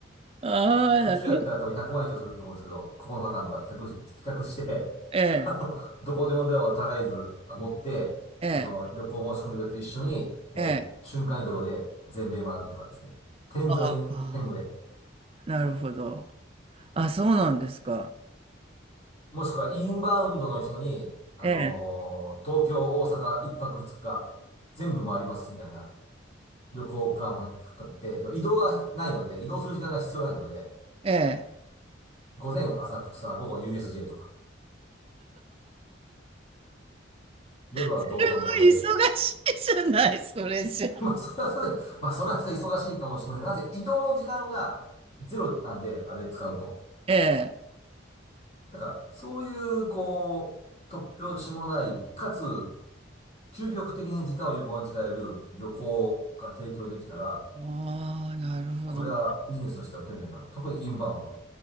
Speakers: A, on the right; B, on the left.
A: ああ、
B: 普通やったら多分100万円以上すると思うんですけど、
A: なる
B: 9日間とかって企画し、企画して、
A: ええ、
B: <laughs> あの、どこでもドアを絶えず持って、
A: え
B: その旅行申し込んでくれて一緒に、もう瞬間移動で全米回るとかですね。
A: え、ええ。
B: 添乗員兼務で。
A: ああ、なるほど。あ、そうなんですか。
B: もしくはインバウンドの人に、あのー東京、
A: え
B: 大阪、一泊二日、全部回りますみたいな旅行プランを立てて、要は移動がないので、移動する時間が必要ないので、
A: え、ええ。
B: 午前浅草、午後 USJ とか、夜は道頓堀で。
A: すごい忙しいじゃない、それじゃ。
B: <laughs> まあ、それはそれで、まあ、それはそれで忙しいかもしれませんなぜ移動の時間がゼロなんで、あれ使うと。
A: ええ。
B: だから、そういう、こう、突拍子もない、かつ、究極的に時間を有効に使える旅行が提供できたら、
A: ああ、なるほどね。
B: これはビジネスとしては受けるんじゃないかな。特にインバウンド。